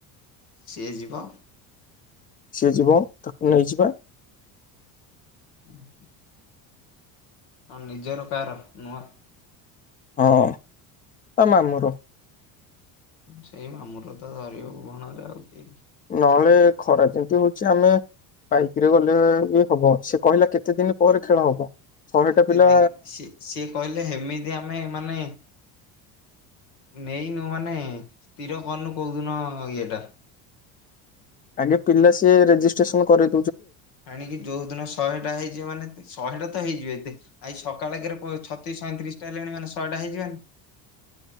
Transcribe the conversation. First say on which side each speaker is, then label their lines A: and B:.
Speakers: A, on the left; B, on the left.
A: ସିଏ ଯିବ?
B: ସିଏ ଯିବ ତାକୁ ନେଇଯିବା।
A: ହୁଁ ହୁଁ। ମ ଆଉ ନିଜର କାର ନୁହଁ।
B: ହଁ ହଁ ତା ମାମୁଁର।
A: ସେଇ ମାମୁଁର ତ ଧରିବାକୁ ଭଣଜା ଆଉ କିଏ କି?
B: ନହେଲେ ଖରା ଯେମିତି ହଉଛି ଆମେ ବାଇକରେ ଗଲେ ବି ହବ ସେ କହିଲା କେତେ ଦିନ ପରେ ଖେଳ ହବ? ଶହେଟା
A: କେତେ
B: ପିଲା
A: ଦିନ ସେ ସିଏ କହିଲେ ହେମିତି ଆମେ ମାନେ ନେଇନୁ ମାନେ ସ୍ଥିର କରିନୁ କୋଉଦିନ ଇଏଟା
B: ଆଜ୍ଞା ପିଲା ସିଏ ରେଜିଷ୍ଟ୍ରେସନ କରି
A: ଆଣିକି ଯୋଉ ଦିନ ଶହେ ଟା ହେଇଛି ମାନେ ଶହେ ଟା ତ ହେଇଯିବେ ଏବେ ଆଜି ସକାଳେ କେରେ ଛତିଶ ସଇଁତିରିଶ ଟା ହେଲେଣି ମାନେ ଶହେ ଟା ହେଇଯିବାନି